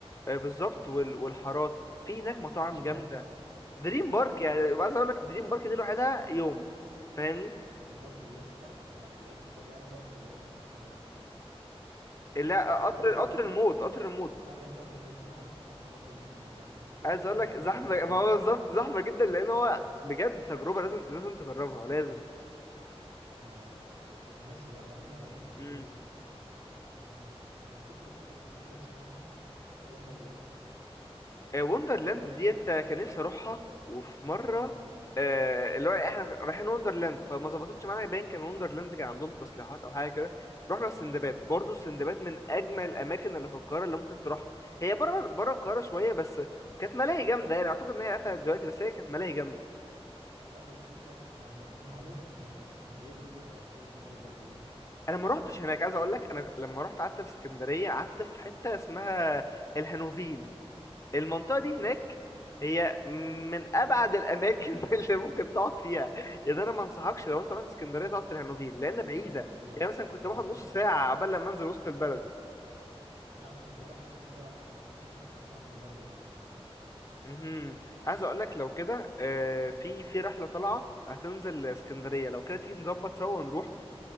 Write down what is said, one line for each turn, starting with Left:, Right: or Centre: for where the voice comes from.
Left: آه، بالظبط وال والحارات في هناك مطاعم
Right: دريم
Left: جامده
Right: بارك
Left: دريم بارك يعني عايز اقول لك دريم بارك دي لوحدها يوم فاهمني
Right: دريم بارك دي يا اسطى أنا لعبت فيها لعبه اللي هي كان اسمها يا ربي مش
Left: لا
Right: فاكر اسمها
Left: قطر
Right: اللي هي ال-
Left: قطر الموت قطر الموت
Right: لا ما لعبتش قطر الموت ما عرفتش اركب قطر الموت من الزحمه جبت
Left: عايز
Right: واحده
Left: اقول لك
Right: تانيه
Left: زحمه
Right: مش فاكر اسمها
Left: ما
Right: ايه
Left: هو بالظبط زحمه جدا لان هو بجد تجربه لازم لازم تجربها لازم
Right: آه انا نفسي انا بحب الالعاب المختلفه
Left: امم
Right: دي موت يا اسطى بحبها موت انا ركبته في حته تانيه اسمها وندرلاند
Left: آه، وندرلاند
Right: كان
Left: ديت آه، كان نفسي اروحها وفي مره
Right: اه
Left: آه، اللي هو احنا رايحين وندرلاند فما ظبطتش معانا باين كان وندرلاند كان عندهم تصليحات او حاجه كده رحنا السندباد برضو السندباد من اجمل الاماكن اللي في القاهره اللي ممكن تروحها هي بره بره القاهره شويه بس كانت ملاهي جامده يعني اعتقد ان هي قفلت دلوقتي بس هي كانت ملاهي جامده
Right: لا هو في شويه ملاهي جامده المعموره في اسم- في اسكندريه فيها شويه ملاهي جامده برضه
Left: انا ما روحتش هناك عايز اقول لك انا لما رحت قعدت في اسكندريه قعدت في حته اسمها الهانوفيل المنطقة دي هناك هي من أبعد الأماكن <laughs> اللي ممكن تقعد فيها يعني أنا ما أنصحكش لو أنت رحت اسكندرية تقعد في الهانوفيل لأن بعيدة
Right: لا
Left: يعني
Right: انا
Left: مثلا
Right: ما
Left: كنت باخد
Right: اعرفهاش
Left: نص ساعة
Right: اصلا
Left: عبال لما أنزل وسط البلد
Right: لا انا كنت بروح حته اسمها كنت ساكن في حته اسمها المنظره للمنزل
Left: مهم. عايز أقول لك لو كده آه، في في رحلة طالعة هتنزل اسكندرية لو كده تيجي نظبط سوا ونروح